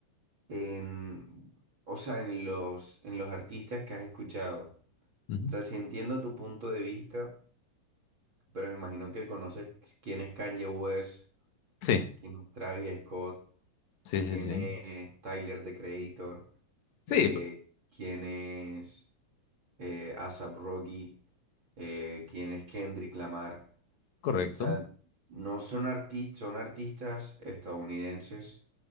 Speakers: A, on the right; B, on the left.
A: En, o sea, en los, en los artistas que has escuchado.
B: Ujú.
A: O sea, si entiendo tu punto de vista. Pero me imagino que conoces quién es Kanye West,
B: Sí,
A: quién es Travis Scott,
B: sí,
A: quién
B: sí, sí.
A: es Tyler, The Creator, eh,
B: Sí, p-
A: quién es eh, A$AP Rocky, eh, quién es Kendrick Lamar.
B: correcto.
A: O sea, no son artistas, son artistas estadounidenses